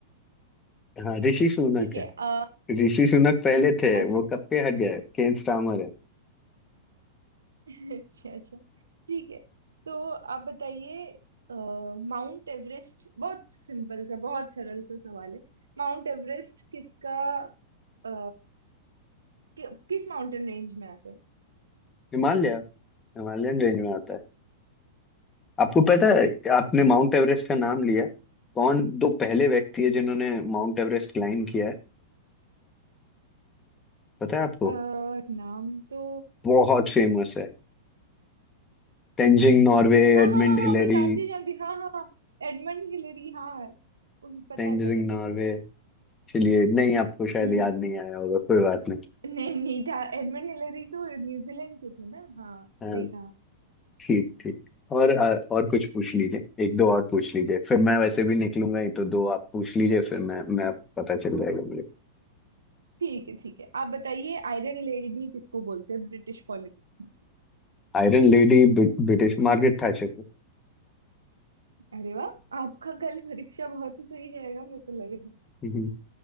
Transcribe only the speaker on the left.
हाँ ऋषि सुनक
है
ऋषि सुनक पहले थे
वो
कब के हट गए केन स्टार्मर है
हिमालय हिमालयन रेंज में आता है आपको पता है आपने माउंट एवरेस्ट का नाम लिया कौन दो पहले व्यक्ति है जिन्होंने माउंट एवरेस्ट क्लाइम किया है पता है आपको
बहुत फेमस है तेंजिंग नॉर्वे
एडमंड
हिलेरी
तेंजिंग
नॉर्वे
चलिए नहीं आपको शायद
याद नहीं आया होगा कोई बात नहीं
हाँ
ठीक ठीक और अ, और कुछ पूछ लीजिए एक दो और पूछ लीजिए फिर मैं वैसे भी निकलूंगा ही तो दो आप पूछ लीजिए फिर मैं मैं पता चल जाएगा मुझे
Iron lady British Margaret Thatcher
को